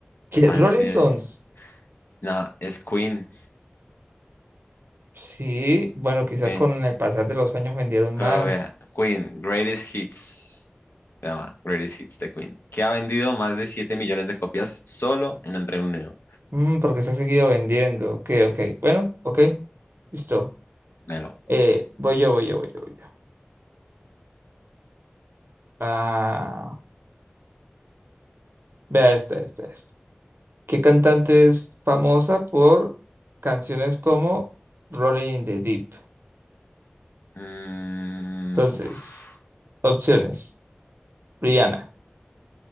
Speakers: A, on the right; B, on the left.
A: ¿Qué?
B: Así
A: Rolling Stones.
B: es. No, es Queen.
A: Sí, bueno, quizás
B: Queen,
A: con el pasar de los años vendieron
B: como
A: más,
B: Queen, Greatest Hits, se llama Greatest Hits de Queen, que ha vendido más de 7 millones de copias solo en el Reino Unido.
A: Mm, porque se ha seguido vendiendo. Ok, ok. Bueno, ok, listo.
B: Melo.
A: Eh, voy yo, voy yo, voy yo, voy yo. Ah, vea esta, esta, esta. ¿Qué cantante es famosa por canciones como Rolling in the Deep?
B: Mm,
A: Entonces,
B: uf,
A: opciones. Rihanna,